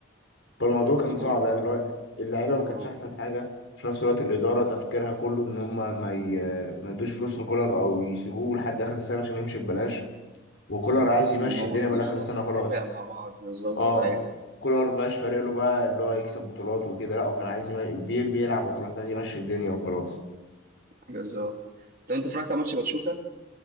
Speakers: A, on the left; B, on the right.
A: فالموضوع
B: مظبوط
A: كان صعب يعني اللي هو اللعيبه ما كانتش
B: اه
A: احسن حاجه في نفس الوقت الاداره تفكيرها كله ان هم ما ي... ما يدوش فلوس لكولر او يسيبوه لحد اخر السنه عشان يمشي ببلاش وكولر عايز يمشي
B: ما وصلوش
A: الدنيا بالاخر
B: لنقطه
A: السنه خلاص
B: اتفاق مع بعض بالظبط
A: اه
B: ايوه
A: كولر مبقاش فارق له بقى اللي هو يكسب بطولات وكده لا هو كان عايز يم... بي... بيلعب وخلاص عايز يمشي الدنيا وخلاص
B: بالظبط طب انت اتفرجت على ماتش باتشوكا